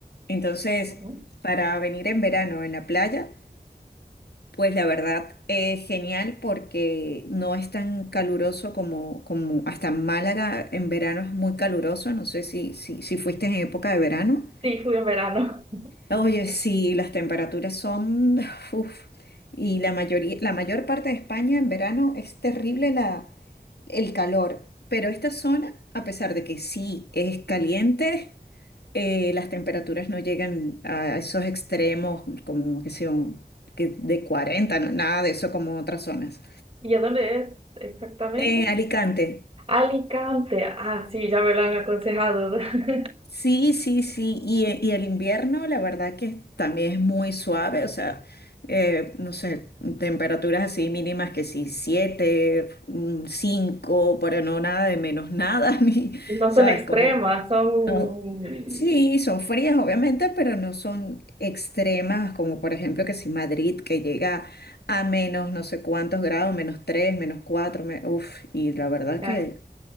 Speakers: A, on the left; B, on the right.
A: Entonces,
B: Ujú.
A: para venir en verano en la playa, Pues la verdad, es genial porque no es tan caluroso como, como hasta Málaga en verano es muy caluroso. No sé si, si, si fuiste en época de verano.
B: Sí, fui en verano.
A: Oye, sí, las temperaturas son... <laughs> <sighs> uf, y la mayoría, la mayor parte de España en verano es terrible la, el calor. Pero esta zona, a pesar de que sí es caliente, eh, las temperaturas no llegan a esos extremos, como que son que de 40 no- nada de eso como otras zonas.
B: <laughs> ¿Y a dónde es exactamente?
A: Eh, Alicante,
B: Alicante. Ah, sí, ya me lo han aconsejado. <laughs>
A: sí, sí, sí, y, e- y el invierno la verdad que también es muy suave, o sea, eh, no sé, temperaturas así mínimas que sí, 7, 5 pero no nada de menos nada, <laughs> ni,
B: no
A: ¿sabes?
B: son extremas,
A: Como
B: son...
A: No, sí, son frías obviamente, pero no son extremas como por ejemplo que si Madrid que llega a menos no sé cuántos grados, menos 3, menos 4, uff, y la verdad
B: ah,
A: que